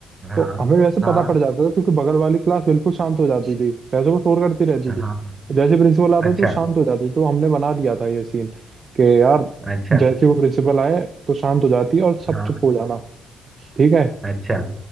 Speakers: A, on the right (about 20°); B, on the right (about 45°).
A: हाँ
B: तो हमें वैसे
A: हाँ
B: पता पड़ जाता था क्योंकि बगल वाली क्लास बिल्कुल शांत हो जाती थी वैसे वो शोर करती रहती
A: हाँ
B: थी जैसे प्रिंसिपल आता
A: अच्छा
B: तो शांत हो जाती तो हमने बना लिया था ये सीन कि यार
A: अच्छा
B: जैसे वो प्रिंसिपल आए तो शांत हो जाती और सब
A: हाँ
B: चुप हो जाना ठीक है
A: अच्छा